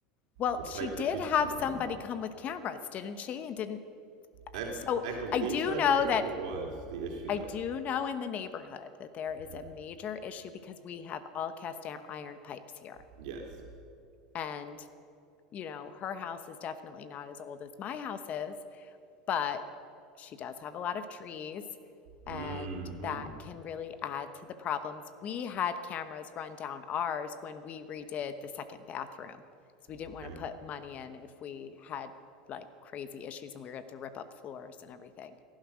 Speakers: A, on the left; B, on the right.
A: Well,
B: the pipes
A: she did
B: are too
A: have
B: small.
A: somebody come with cameras, didn't she? And didn't,
B: I
A: so
B: I believe
A: I do
B: so. I
A: know
B: forget
A: that
B: what it was. The issue
A: I
B: though.
A: do know in the neighborhood that there is
B: hmm
A: a major issue because we have all cast iron pipes here.
B: Yes.
A: And you know, her house is definitely not as old as my house is, but she does have a lot of trees,
B: hmm
A: and that can really add to the problems. We had cameras run down ours when we redid the second bathroom because we didn't
B: Okay.
A: want to put money in if we had like crazy issues and we were going to have to rip up floors and everything.